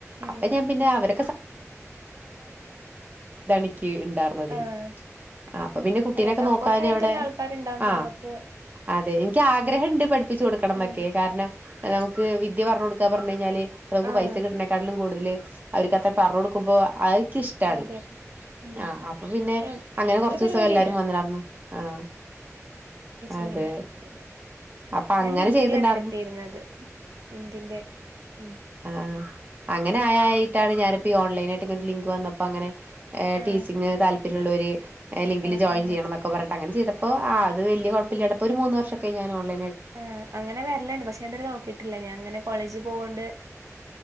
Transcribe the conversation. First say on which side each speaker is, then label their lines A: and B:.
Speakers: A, on the right; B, on the right.
A: ഉം
B: അപ്പെ ഞാൻ പിന്നെ അവരെ ക്ക് ഇണ്ടാർന്നതെ
A: ആഹ്
B: ആഹ് അപ്പ പിന്നെ കുട്ടീനൊക്കെ
A: അതെ സപ്പോർട്ടായിട്ടുള്ള
B: നോക്കാന് അവിടെ
A: ആൾക്കാരുണ്ടാവുമ്പോ
B: ആഹ്
A: നമ്മക്ക്
B: അതെ ക്ക് ആഗ്രഹം ണ്ട് പഠിപ്പിച്ച് കൊടുക്കണം ന്നൊക്കെ
A: ഉം
B: കാര്ണം നമുക്ക് വിദ്യ പറ്ഞ്ഞ കൊടുക്കാ പറഞ്കഴിഞ്ഞാല് നമുക്ക്
A: ആഹ്
B: പൈസ കിട്ട്നേക്കാട്ടിലും കൂടുതല് അവര്ക്ക് അത്ര പറഞ്ഞു കൊടുക്കുമ്പോ അയ്ക്ക് ഇഷ്ട്ടാണ്
A: അതെ ഉം
B: ആഹ് അപ്പ പിന്നെ
A: ഏഹ്
B: അങ്ങനെ
A: നല്ല
B: കൊറ്ച്ചു
A: പരിപാടിയാണ്
B: വസം എല്ലാരും വന്ന് ലാര്ന്നു ആഹ് അതെ
A: കുഞ്ഞിന്റെ എന്തേങ്കിലൊക്കെ
B: അപ്പൊ
A: ഞാൻ
B: അങ്ങനെ
A: ഹിന്ദിയാണ്
B: ചെയ്തിണ്ടാർന്നു
A: എട് തീര്ന്നത് ഹിന്ദിന്റെ ഉം
B: ആ അങ്ങനെ ആയായിട്ടാണ് ഞാനിപ്പോ ഓൺലൈൻ ആയിട്ട് ഇങ്ങനെ ലിങ്ക് വന്നപ്പോ അങ്ങനെ
A: ആഹ്
B: ടീച്ചിംഗ് താല്പര്യള്ളവര് ലിങ്കില്
A: ആഹ്
B: ജോയിൻ
A: ആഹ്
B: ചെയ്യണം ന്നൊക്കെ പറഞ്ഞിട്ട് അങ്ങനെ ചെയ്ത അപ്പോ ആഹ് ആത് വല്യ കൊഴപ്പില്ലട് ഇപ്പൊ മൂന്ന് വർഷക്കെയി ഞാൻ ഓലൈൻ
A: ആഹ് അങ്ങനെ വരല്ണ്ട് പഷേ ഇതുവരെ നോക്കീട്ട്ല്ല ഞാൻ ഇങ്ങനെ കോളേജിൽ പോകൊണ്ട്